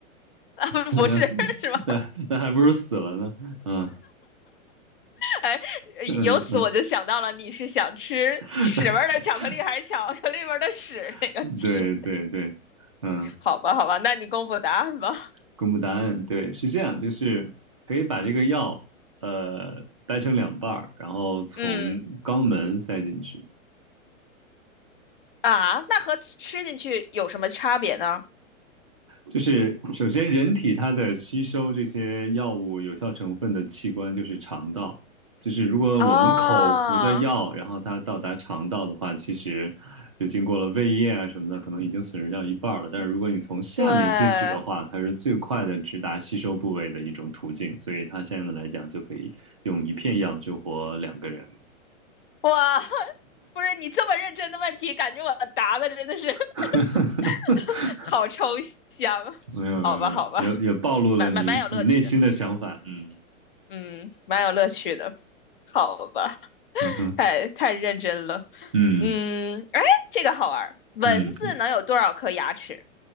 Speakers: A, on the left (about 40°); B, on the right (about 25°).
A: <laughs> 啊，
B: <laughs> 那
A: 不是是吧？
B: 那那还不如死了呢。嗯
A: 哎，
B: 嗯嗯。
A: 由此我就想到了，你是想吃屎味儿的巧克力还是巧克力味儿的屎那个题？
B: <laughs> <laughs> 对对对，嗯，
A: 好吧，好吧，那你公布答案吧。
B: 公布答案，对，是这样，
A: 嗯
B: 就是可以把这个药，呃，掰成两半儿，然后从肛门塞进去，
A: 嗯啊，那和吃进去有什么差别呢？
B: 就是首先，人体它的吸收这些药物有效成分的器官就是肠道。就是如果我们口服的药，
A: 啊，
B: 然后它到达肠道的话，其实就经过了胃液啊什么的，可能已经损失掉一半儿了。但是如果你从下面进去的话，
A: 对，
B: 它是最快的直达吸收部位的一种途径。所以它现在来讲，就可以用一片药救活两个人。
A: 哇，不是你这么认真的问题，感觉我答的真的是
B: <laughs>
A: <laughs> 好抽象。
B: 没有没有没有，
A: 好吧，好吧，
B: 也也暴露了你你内心的想法。
A: 蛮蛮蛮有乐趣的，
B: 嗯
A: 嗯，蛮有乐趣的。好吧，<laughs>
B: 嗯哼
A: 太太认真了。
B: 嗯
A: 嗯，哎，这个好玩儿。蚊子能有多少颗牙齿？
B: 嗯